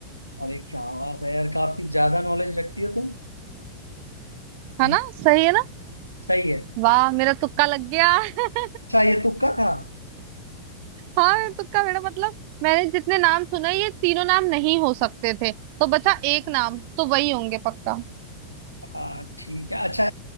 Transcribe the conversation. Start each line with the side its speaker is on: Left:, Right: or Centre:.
Left: अरे क्या बात है यार काफी ज्यादा नॉलेज रखती हो तुम हम्म,
Right: है ना सही है ना
Left: सही है
Right: वाह मेरा तुक्का लग गया <laughs>
Left: अच्छा ये तुक्का था
Right: हाँ मेरा तुक्का मेरा मतलब मैंने जितने नाम सुने ये तीनों नाम नहीं हो सकते थे तो बचा एक नाम तो वही होंगे पक्का
Left: हाँ ठीक है अच्छा